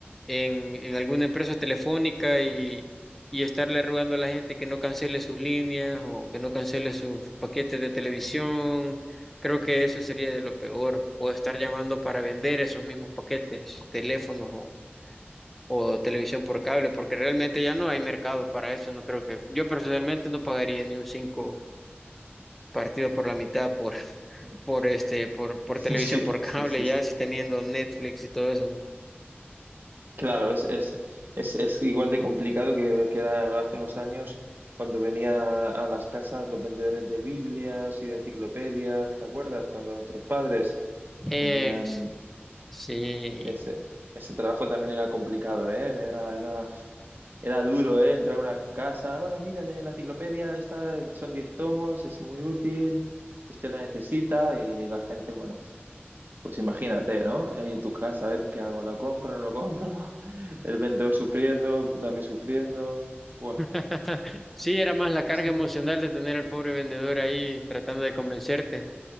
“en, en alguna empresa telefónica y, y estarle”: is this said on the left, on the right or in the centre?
Centre